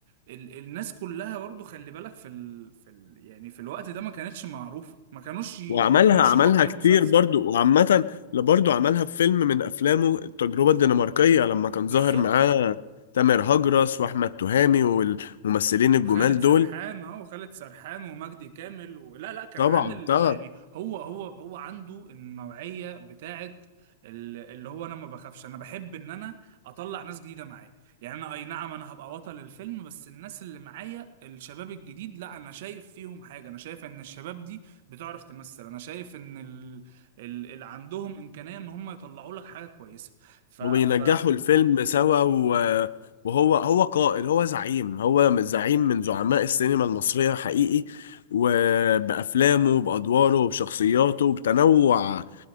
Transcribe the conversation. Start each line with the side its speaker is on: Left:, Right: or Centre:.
Right: ال الناس كلها برضو خلي بالك في ال في ال يعني في الوقت ده ما كانتش معروفة ما كانوش ي-
Left: وعملها
Right: ما كانوش
Left: عملها
Right: يبقوا ابطال
Left: كتير
Right: مسلسل
Left: برضو وعامة لا برضو عملها في فيلم من أفلامه التجربة الدنماركية لما كان
Right: بالظبط
Left: ظاهر معاه تامر هجرس وأحمد تهامي والممثلين
Right: وخالد
Left: الجمال
Right: سرحان
Left: دول
Right: اه وخالد سرحان ومجدي كامل و... لا لا كان
Left: طبعا
Right: عامل
Left: طبعا
Right: يعني هو هو هو عنده النوعية بتاعت ال- اللي هو انا ما بخافش انا بحب ان انا اطلع ناس جديدة معايا يعني انا اي نعم انا هبقى بطل الفيلم بس الناس اللي معايا الشباب الجديد لا انا شايف فيهم حاجة انا شايف ان الشباب دي بتعرف تمثل انا شايف ان ال... ال... اللي عندهم امكانية ان هم يطلعوا لك حاجة كويسة ف...
Left: وبينجحوا
Right: ف...
Left: الفيلم سوا و- وهو هو قائد هو زعيم هو زعيم من زعماء السينما المصرية حقيقي وبأفلامه وبأدواره وبشخصياته وبتنوع